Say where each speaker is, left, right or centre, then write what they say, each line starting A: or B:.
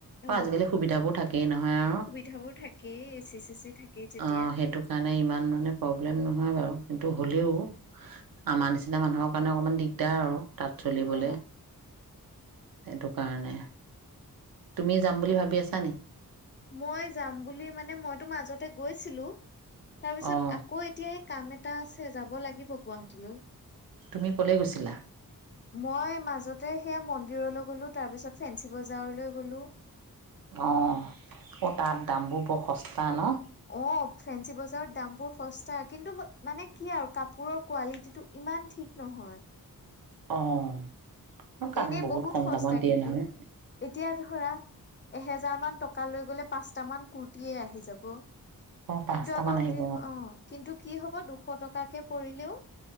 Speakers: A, on the left; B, on the right.
A: অ
B: আজিকালি সুবিধাবোৰ থাকেই নহয় আৰু
A: সুবিধাবোৰ থাকেই এ চি চে চি থাকেই যেতিয়া
B: অ' সেইটো কাৰণে মানে ইমান মানে প্ৰব্লেম নহয় বাৰু কিন্তু হ'লেও আমাৰ নিচিনা মানুহৰ কাৰণে অকণমান দিগদাৰ আৰু তাত চলিবলৈ
A: অ
B: সেইটো কাৰণে তুমি যাম বুলি ভাবি আছা নি?
A: মই যাম বুলি মানে মইতো মাজতে গৈছিলো। তাৰ পিছত
B: অ',
A: আকৌ এতিয়া এই কাম এটা আছে যাব লাগিব গুৱাহাটীলৈ।
B: তুমি ক'লে গৈছিলা?
A: মই মাজতে সেয়া মন দলৈ গ'লো তাৰপিছত ফেঞ্চি বজাৰলৈ গ'লো।
B: অ '' তাত দামবোৰ বৰ সস্তা ন?
A: অ', ফেঞ্চি বজাৰত দামবোৰ সস্তা কিন্তু মানে কি আৰু কাপোৰৰ কোৱালিটিটো ইমান ঠিক নহয়।
B: অ' কাৰণ
A: এনে বহুত
B: কম
A: সস্তা
B: দামত দিয়ে
A: কিন্তু
B: নহয়
A: এতিয়া ধৰা এহেজাৰ মান টকা লৈ গলে পাঁচটা মান কুৰ্তিয়েই আহি যাব।
B: অ', পাঁচটামান
A: কিন্তু আকৌ
B: আহিব
A: কি অ 'কিন্তু কি হ'ব দুশ টকাকে কৰিলেও